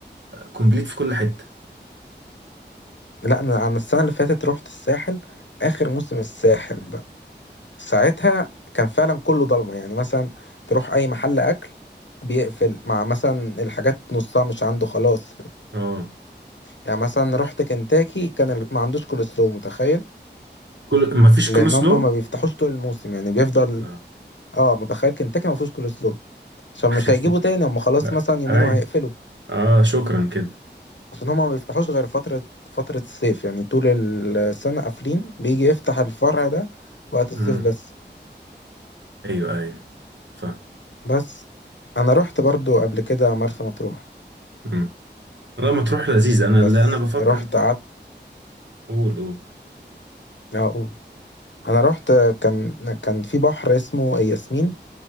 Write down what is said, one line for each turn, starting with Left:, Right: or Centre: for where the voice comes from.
Right: كومبليت في كل حته
Left: لا أنا أنا السنة اللي فاتت رحت الساحل آخر موسم الساحل بقى ساعتها كان فعلا كله ضلمة يعني مثلا تروح أي محل أكل بيقفل مع مثلا الحاجات نصها مش عنده خلاص
Right: اه
Left: يعني مثلا رحت كنتاكي كان ال- ما عندوش كول سلو متخيل
Right: كل ما فيش
Left: لأن
Right: كل سلو
Left: هم ما بيفتحوش طول الموسم يعني بيفضل
Right: اه
Left: اه متخيل كنتاكي ما فيهوش كول سلو عشان مش
Right: <laughs>
Left: هيجيبوا تاني هم خلاص
Right: آه،
Left: مثلا يومين
Right: اي
Left: وهيقفلوا
Right: اه شكرا كده
Left: عشان هما ما بيفتحوش غير فترة فترة الصيف يعني طول السنة قافلين بيجي يفتح الفرع ده وقت الصيف
Right: امم
Left: بس
Right: ايوه ايوه ف
Left: بس أنا رحت برضو قبل كده مرسى مطروح
Right: امم لا ما تروح لذيذ انا
Left: بس
Right: اللي انا بفكر
Left: رحت قعدت
Right: قول قول
Left: أقول أنا رحت كان كان في بحر اسمه ياسمين